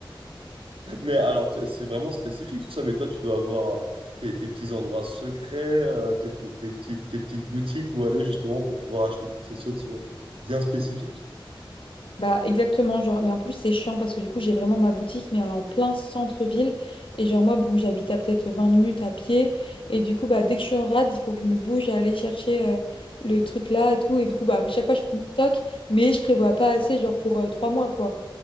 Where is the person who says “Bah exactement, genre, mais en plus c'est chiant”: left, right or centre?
Left